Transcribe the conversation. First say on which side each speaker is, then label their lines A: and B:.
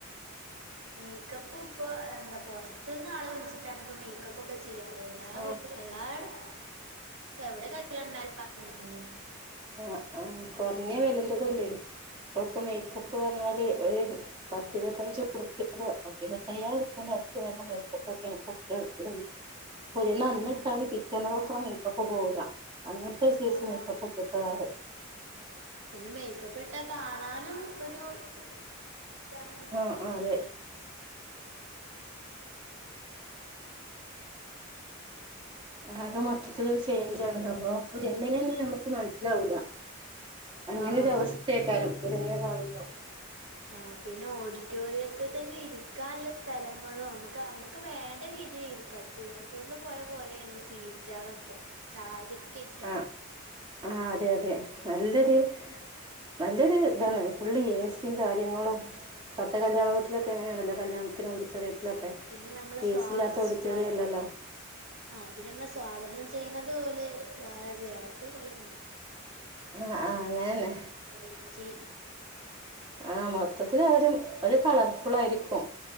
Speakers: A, on the right; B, on the right.
A: മേക്കപ്പ് ഇപ്പൊ എന്താ പൊറത്ത്ന്ന് ആളെ വിളിച്ചിട്ടാണ് ഇപ്പൊ മേക്കപ്പൊ ക്കെ ചെയ്യാറ് എല്ലാ
B: ആഹ്
A: വീ എല്ലാട്ത്തും എവിടെ കല്യാണണ്ടായാലും ഇപ്പ അങ്ങനെത്തന്നാണ്
B: ആഹ് ആഹ് കൊറഞ്ഞ വെലറ്റതുല്ലേ ഇപ്പൊക്കെ മേക്കപ്പ്റ്ഞ്ഞാല് ഒര് പത്തിര്പത്തഞ്ച്റ്പ്യ ഇപ്പൊ ഇരുവത്തയ്യായിരുപ്യന്റെ അട്ത്ത് വെര്ണ മേക്കപ്പൊക്ക്യാണ് <unintelligible> ഇടല് പുത്യണ്ണ് അന്ന്ട്ടാലും
A: ഉം
B: പിറ്റേന്നേകക്കും ആ മേക്കപ്പ് പോവുല അങ്ങനത്തെ സൈസ്
A: ആഹ്
B: മേക്കപ്പൊക്കെ ഇപ്പടാറ്
A: പിന്നെ മേക്കപ്പ് ഇട്ടാ കാണാനും ഒരു രസാണ്
B: ആഹ് ആഹ് അതെ ആകെ മൊത്തത്തിലൊര് ചേഞ്ചാണ് സംഭവം പുത്യണിന്നെന്നെ നമ്മക്ക് മനസ്സിലാവുല അങ്ങനൊരു
A: ആഹ്
B: അവസ്ഥേക്കാരം പുത്യണ്ണിനെ കാണുമ്പം
A: ആഹ് പിന്നെ ഓഡിറ്റോറിയത്ത് തന്നെ ഇരിക്കാന്ല്ല സ്ഥലങ്ങളും നമുക്ക് നമുക്ക് വേണ്ട രീതി ഇരിക്കാം തിയേറ്ററിൽ പോയ പോലെയാണ് സീറ്റേളൊക്കെ ചാരിക്കെ ഇരിക്കാ
B: ആഹ് ആഹ് അതെ അതെ നല്ലൊര് നല്ലൊരു ഇതാണ് ഫുള്ള് എസിം കാര്യങ്ങളും ഇപ്പത്തെ കല്ല്യാണ വീട്ട്ലൊക്കെ അങ്ങനെ ആണല്ലോ കല്യാണത്തിന് ഓഡിറ്റോറിയ ത്തിലോക്കെ
A: പിന്നെ നമ്മള് സ്വാ
B: എസില്ലാത്ത ഓഡിറ്റോറിയം
A: സ്വാ
B: ഇല്ലല്ലോ
A: ആഹ് പിന്നെ നമ്മള് സ്വാഗതം ചെയ്യണതു ഓല് വേറെ ചേലാ അടിപൊള്യണ്
B: ആഹ് ആഹ് അങ്ങനന്നെ
A: വെറൈറ്റി
B: ആഹ് മൊത്തത്തില് അവരും ഒരു കളർഫുളായിരിക്കും